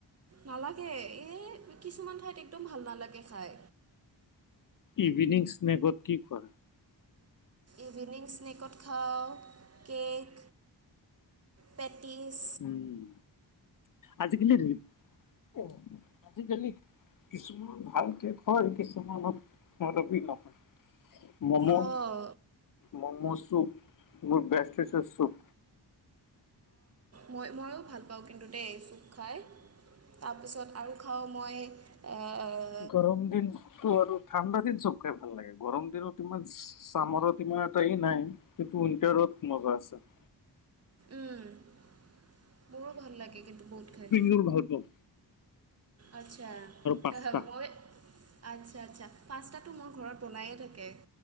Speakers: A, on the right; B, on the left.
A: নালাগে এই কিছুমান ঠাইত একদম ভাল নালাগে খাই
B: ইভিনিং স্নেকত কি খোৱা?
A: ইভিনিং স্নেকত খাওঁ কেক, পেটিছ
B: উম আজিকালি ধই <unintelligible> আজিকালি কিছুমান ভালকে হয় কিছুমানত মদপী নহয় মমৌত
A: অঁ
B: ম'ম' চুপ মোৰ বেষ্টেচ চুপ
A: মই ময়ো ভাল পাওঁ কিন্তু দেই চুপ খাই তাৰপিছত আৰু খাওঁ মই অহ
B: গৰম দিন ত আৰু ঠাণ্ডা দিন চুপ খাই ভাল লাগে গৰম দিনত ইমান চামৰত ইমান এটা হেৰি নাই এইটো উইণ্টাৰত মজা আছে।
A: উম মোৰো ভাল লাগে কিন্তু বহুত খাই
B: তোৰ ভাল পাও
A: আচ্ছা
B: পাস্তা
A: হ হ মই আচ্ছা আচ্ছা পাস্তাটো মোৰ ঘৰত বনায়ে থাকে